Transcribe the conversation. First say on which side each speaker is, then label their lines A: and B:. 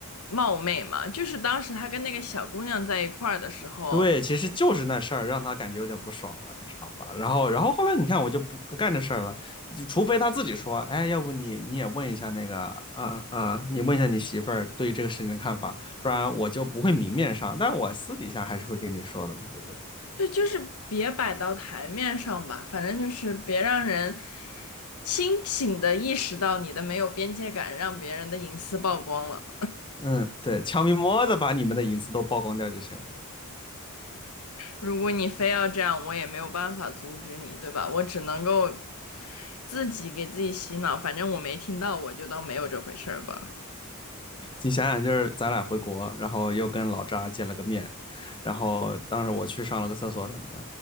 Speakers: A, on the left; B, on the left.
A: 冒昧嘛，就是当时他跟那个小姑娘在一块儿的时候，
B: 对，其实就是那事儿让他感觉有点不爽了，你知道吧？然后，然后后来你看，我就不不干这事儿了，就除非他自己说，哎，要不你你也问一下那个，呃呃，你问一下你媳妇儿对于这个事情的看法，不然我就不会明面上，但我私底下还是会跟你说的嘛，对不对？
A: 对，就是别摆到台面上吧，反正就是别让人清醒的意识到你的没有边界感，让别人的隐私曝光了。
B: 嗯，对，悄咪摸的把你们的隐私都曝光掉就行了。
A: 如果你非要这样，我也没有办法阻止你，对吧？我只能够自己给自己洗脑，反正我没听到，我就当没有这回事儿吧。
B: 你想想，就是咱俩回国，然后又跟老扎见了个面，然后当时我去上了个厕所什么的，